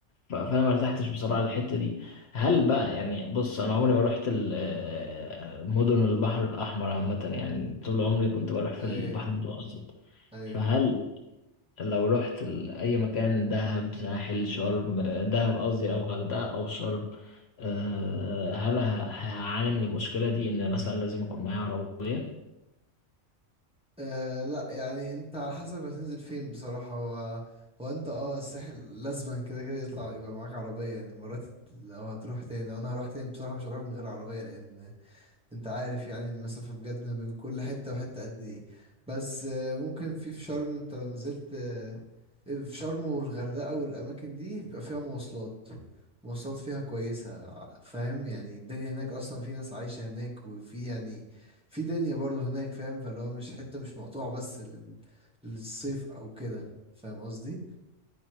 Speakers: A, on the left; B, in the centre.
A: ف- فانا ما ارتحتش بصراحه للحته دي هل بقى يعني بص انا عمري ما رحت ال- آه، مدن البحر الاحمر عامه يعني طول عمري كنت بروح في
B: ايه
A: البحر المتوسط
B: ايه
A: فهل لو رحت ال- اي مكان دهب ساحل شرم آه، دهب قصدي او غردقه او شرم آه، هل ه- هعاني من المشكله دي ان مثلا لازم اكون معايا عربيه
B: آه لا يعني انت على حسب هتنزل فين بصراحة هو هو انت اه الساحل لازما كده كده يطلع يبقى معاك عربية يعني مرات لو هتروح تاني لو انا هروح تاني بصراحة مش هروح من غير عربية لان انت عارف يعني المسافة بجد ما بين كل حتة وحتة قد ايه بس آه، ممكن في في شرم انت لو نزلت آه، في شرم والغردقة والأماكن دي بيبقى فيها مواصلات مواصلات فيها كويسة ع- فاهم يعني الدنيا هناك أصلا في ناس عايشة هناك وفي يعني في دنيا برضو هناك فاهم فاللي هو مش حتة مش مقطوعة بس لل- للصيف أو كده فاهم قصدي